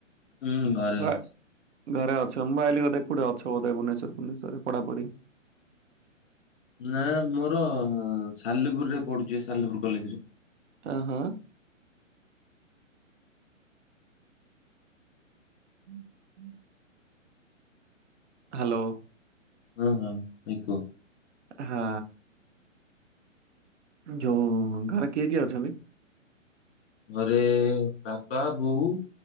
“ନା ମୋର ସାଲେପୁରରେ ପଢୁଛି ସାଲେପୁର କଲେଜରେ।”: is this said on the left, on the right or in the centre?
Left